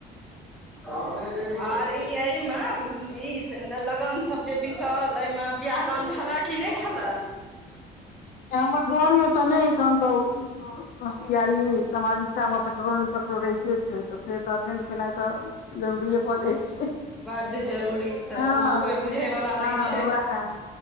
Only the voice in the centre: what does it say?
सामने देखो आर ई एहिमे ई लगन सब जे बीतल एहिमे बिआह दान छलए कि नहि छलए
बड्ड जरूरी तऽ
ओ कोइ बुझयवला
नहि छै